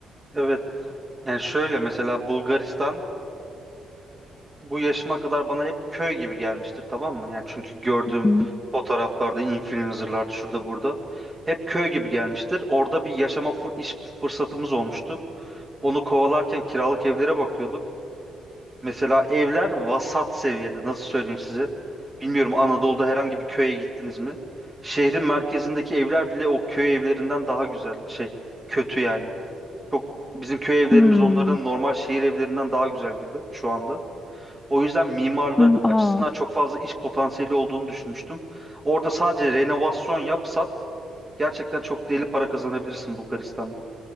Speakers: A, on the right (about 20°); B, on the left (about 20°).
A: Evet. Yani şöyle mesela Bulgaristan bu yaşıma kadar bana hep köy gibi gelmiştir tamam mı? Yani çünkü gördüğüm
B: Hı.
A: fotoğraflarda, influencerlarda şurada burada hep köy gibi gelmiştir. Orada bir yaşama fır- iş fırsatımız olmuştu. Onu kovalarken kiralık evlere bakıyorduk. Mesela evler vasat seviyede. Nasıl söyleyeyim size? Bilmiyorum Anadolu'da herhangi bir köye gittiniz mi? Şehrin merkezindeki evler bile o köy evlerinden daha güzel şey. Kötü yani. Çok bizim köy evlerimiz
B: Hmm.
A: onların normal şehir evlerinden daha güzel gibi şu anda. O yüzden mimarlık
B: Hmm.
A: açısından
B: Aa.
A: çok fazla iş potansiyeli olduğunu düşünmüştüm. Orada sadece renovasyon yap sat. Gerçekten çok deli para kazanabilirsin Bulgaristan'da.